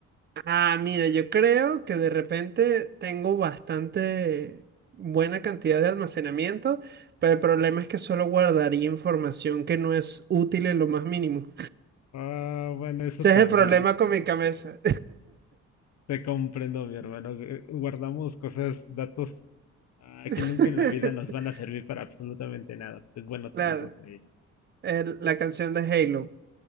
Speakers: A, on the right; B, on the left.
A: Ah, mira, yo creo que de repente tengo bastante buena cantidad de almacenamiento, pero el problema es que solo guardaría información que no es útil en lo más mínimo.
B: Ah, bueno, eso
A: Ese
B: también.
A: es el problema con mi cabeza.
B: Te comprendo, mi hermano. Eh, Guardamos cosas, datos ah,
A: <laughs>
B: que nunca en la vida nos van a servir para absolutamente nada. Es bueno tenerlos
A: Claro,
B: ahí.
A: el- la canción de Halo.